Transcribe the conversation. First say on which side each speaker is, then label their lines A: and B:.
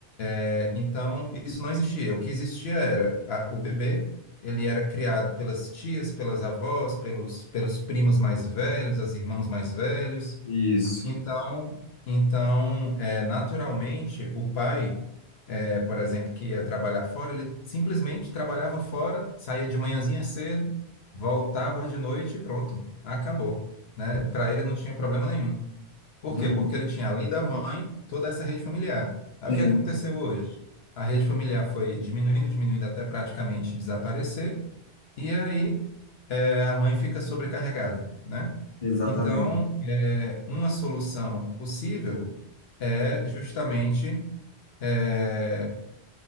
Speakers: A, on the left; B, on the left.
A: É, Então, isso não existia. O que existia era a- o bebê, ele era criado pelas tias, pelas avós, pelos, pelos primos mais velhos, as irmãos mais velhos.
B: Isso.
A: Então, então é, naturalmente, o pai, é, por exemplo, que ia trabalhar fora, ele simplesmente trabalhava fora, saía de manhãzinha cedo, voltava de noite e pronto, acabou, né? Para ele não tinha problema nenhum. Por
B: Não,
A: quê? Porque ele tinha, além da mãe, toda essa rede familiar. Aí
B: sim,
A: o que é que aconteceu hoje? A rede familiar foi diminuindo, diminuindo até praticamente desaparecer, e aí é, a mãe fica sobrecarregada, né?
B: exatamente.
A: Então, é, uma solução possível é justamente é,